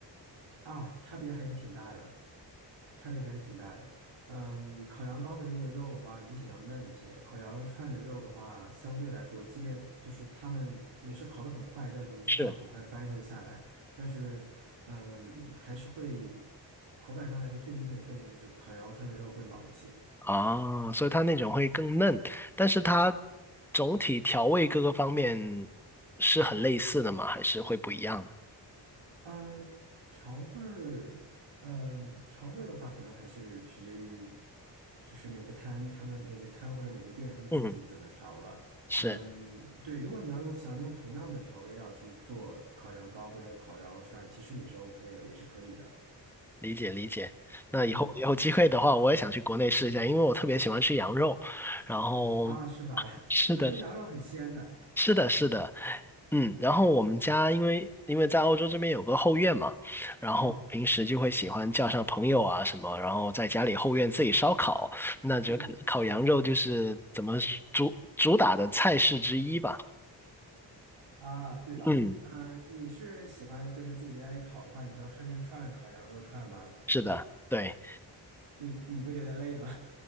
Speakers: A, on the right (about 80°); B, in the centre.
A: 啊，差别还是挺大的，差别还是挺大的。嗯，烤羊羔的那个肉的话，明显要嫩一些；烤羊肉串的肉的话，相对来说，即便就是他们也是烤得很快，在炉子上很快翻一下就下来，
B: 是，
A: 但是，嗯，还是会口感上来说，最明显的特点就是烤羊肉串的肉会老一些。
B: 啊，所以它那种会更嫩，但是它总体调味各个方面是很类似的吗？还是会不一样的？
A: 嗯，调味儿，呃，调味儿的话，可能还是取决于，就是每个摊他们每个摊或者每个店他们自己怎么调了。
B: 嗯，是，
A: 嗯，对，如果你要用想用同样的调味料去做烤羊羔或者烤羊肉串，其实也是 OK 的，也是可以的。
B: 理解理解。那以后有机会的话，
A: 嗯，
B: 我也想去国内试一下，因为我特别喜欢吃羊肉，然后。
A: 啊，是吧？
B: <laughs> 是的，
A: <laughs> 我觉得羊肉很鲜的。
B: 是的，是的，嗯，然后我们家因为因为在欧洲这边有个后院嘛，然后平时就会喜欢叫上朋友啊什么，
A: 嗯
B: 然后在家里后院自己烧烤，那就可能烤羊肉就是怎么主主打的菜式之一吧。
A: 嗯，啊，对吧？
B: 嗯，
A: 嗯，你是喜欢就是自己在家里烤的话，你是要串串串烤羊肉串吗？
B: 是的，对。
A: 你你不觉得累吗？